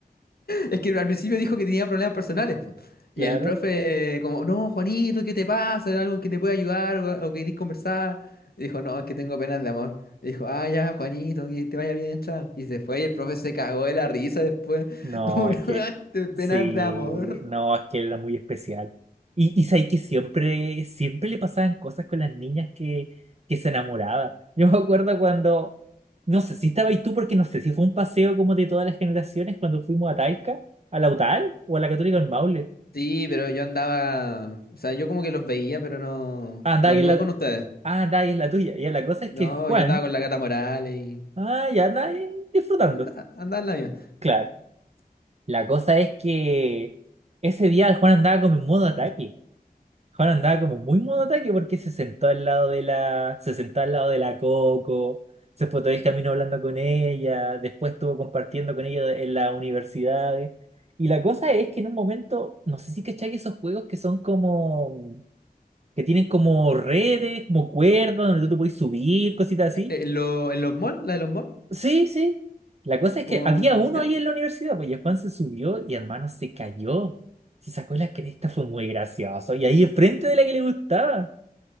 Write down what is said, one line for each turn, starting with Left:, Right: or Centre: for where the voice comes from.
Left: Es que al principio dijo que tenía problemas personales. po. Y
Right: Claro.
Left: el profe, como, no, Juanito, ¿qué te pasa? ¿Algo que te puede ayudar o, o querés conversar? Y dijo, no, es que tengo penas de amor. Y dijo, ah, ya, Juanito, que te vaya bien, chao. Y se fue y el profe se cagó de la risa después.
Right: No,
Left: <laughs> Uno,
Right: es que,
Left: de penas
Right: sí,
Left: de amor.
Right: no, es que él era muy especial. Y, y sabes que siempre, siempre le pasaban cosas con las niñas que, que se enamoraba. Yo me acuerdo cuando, no sé si estabais tú, porque no sé si fue un paseo como de todas las generaciones cuando fuimos a Talca, a la UTAL o a la Católica en Maule.
Left: Sí, pero yo andaba, o sea, yo como que los veía, pero no,
Right: Ah, Dai
Left: no anduve
Right: es la,
Left: con ustedes.
Right: ah, Dai es la tuya. Ya, la cosa es
Left: No,
Right: que Juan,
Left: yo andaba con la Gata Morales y
Right: ah, ya Dai disfrutando.
Left: andaba, andaba en la mía.
Right: Claro. La cosa es que ese día el Juan andaba como en modo ataque. Juan andaba como muy modo ataque porque se sentó al lado de la, se sentó al lado de la Coco, se fue todo el camino hablando con ella, después estuvo compartiendo con ella en las universidades. Y la cosa es que en un momento, no sé si cachai esos juegos que son como, que tienen como redes, como cuerdas, donde tú te puedes subir, cositas así.
Left: Eh, ¿En, lo- en los malls? ¿La de los malls?
Right: Sí, sí. La cosa es
Left: Como,
Right: que había uno
Left: ya.
Right: ahí en la universidad, pues y el Juan se subió y hermano se cayó. Se sacó la cresta, fue muy gracioso. Y ahí enfrente de la que le gustaba.